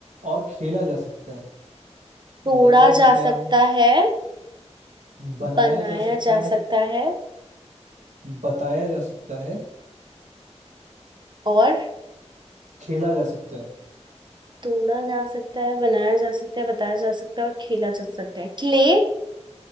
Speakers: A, on the right (about 85°); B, on the right (about 40°).
A: और खेला जा सकता है
B: तोड़ा
A: बताओ मैं
B: जा
A: क्या
B: सकता
A: हूँ
B: है
A: बनाया
B: बनाया
A: जा सकता
B: जा
A: है
B: सकता है
A: बताया जा सकता है
B: और
A: खेला जा सकता है
B: तोड़ा जा सकता है बनाया जा सकता है बताया जा सकता है और खेला जा सकता है क्ले